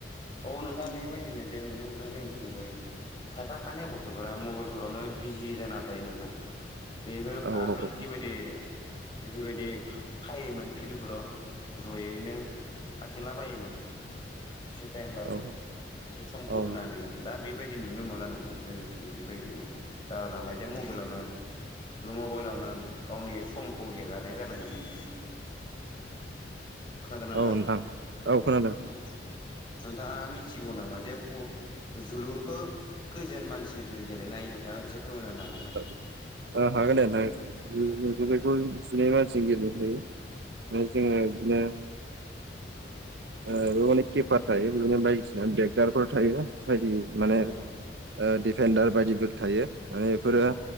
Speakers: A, on the left (about 30°); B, on the right (about 65°).
A: औ नोंथां बेबायदिनो जे नुनो मोनो जोंनिथिंबो खायफा खानै गथ'फोरा मबाइलफोरावनो बिजि जानानै थायो नोंथां। बेफोर
B: औ
A: आगोल
B: औ
A: जिबायदि जिबायदि फायोमोन फिल्डफोराव जयैनो खारथिंला बायोमोन टाइ होनबाबो
B: औ
A: एसे समखौ
B: औ
A: होनानै दा बेबायदि नुनो मोनला नोंथां जोंनिथिं बेबायदिनो जागला मबाय जे मबाइलावनो ज' मबाइलावनो गावनि समखौ हेगारनाय जाबाय नोंथां खोनादोंना
B: औ नोंथां
A: नोंथां
B: औ खोनादों
A: औ नोंथाङा मिथिगौ नामा जे पु जोलुरखो खैजोन मानसि गेलेनाय नोंथाङा एसे फोरमायनो हागोन ना
B: ओ हागोन दे खोन्था गोन जुलुरखौ
A: औ
B: जिनै मानसि गेलेनो हायो आरो जोङो बिदिनो ओ बेयावनो किपार थायो बिदिनो बायदिसिना बेेगदारफोर थायो बायदि माने
A: औ
B: ओ दिफेन्दार बायदिबो थायो माने बेफोरो
A: औ